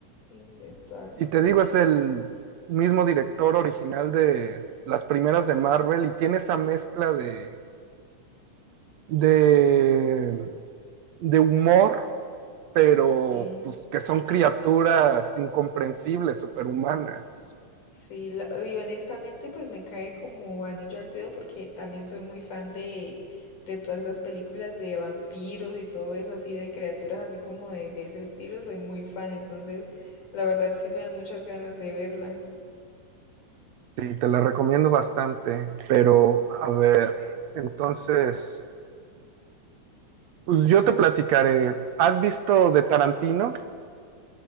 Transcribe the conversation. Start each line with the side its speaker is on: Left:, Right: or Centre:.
Left: in the Darkness.
Right: Y te digo, es el mismo director original de las primeras de Marvel y tiene esa mezcla de, de, de humor, pero
Left: Sí,
Right: pues, que son criaturas incomprensibles, superhumanas.
Left: sí, la- y honestamente pues me cae como anillo al dedo porque también soy muy fan de, de todas las películas de vampiros y todo eso así, de criaturas así como de, de ese estilo, soy muy fan, entonces la verdad sí me dan muchas ganas de verla.
Right: Sí, te la recomiendo bastante, pero a ver, entonces... Pues yo te platicaré. ¿Has visto de Tarantino?